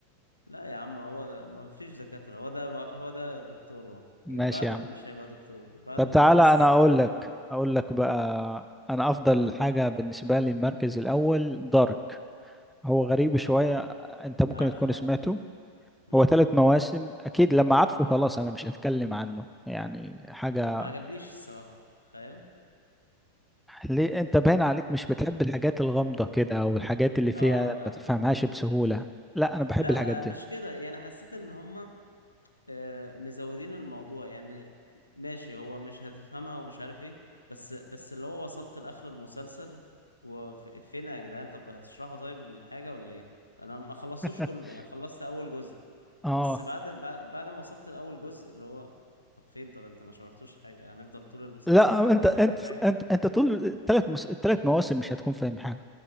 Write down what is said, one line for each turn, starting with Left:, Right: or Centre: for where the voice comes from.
Left: لا يا عم هو ده ما فيش دكاترة هو ده هو ده دكتور هو
Centre: ماشي
Left: اللي بعده
Centre: يا عم
Left: مش هيبقى دكتور بعده
Centre: طب تعالى
Left: مدرس كيمياء
Centre: انا اقول لك اقول لك بقى انا افضل حاجه بالنسبه لي المركز الاول دارك هو غريب
Left: اه
Centre: شويه انت ممكن
Left: عارفه
Centre: تكون
Left: عارفه
Centre: سمعته
Left: مم.
Centre: هو ثلاث مواسم اكيد لما عارفه خلاص انا مش هتكلم عنه يعني حاجه
Left: ما عجبنيش الصراحة تخيل
Centre: ليه انت باين عليك مش بتحب الحاجات الغامضه كده او الحاجات اللي فيها
Left: اه لا
Centre: ما تفهمهاش بسهوله لا انا بحب
Left: لا
Centre: الحاجات دي
Left: مش كده يعني حسيت ان هما آه، مزودين الموضوع يعني ماشي هو مش هتفهمها ومش عارف ايه بس بس اللي هو وصلت لاخر المسلسل وفين يا جدعان طب هتشرحوا طيب الحاجة ولا ايه انا ما خلصتوش
Centre: <laughs>
Left: كله يعني خلصت اول جزء
Centre: اه
Left: بس بعد بعد بعد ما وصلت لأول جزء اللي هو طب فين طب انت ما شرحتوش حاجة هنفضل طول المسلسل
Centre: لا
Left: كده
Centre: انت
Left: مش
Centre: انت
Left: فاهمين حاجة
Centre: انت انت طول الثلاث الثلاث مواسم مش هتكون فاهم حاجه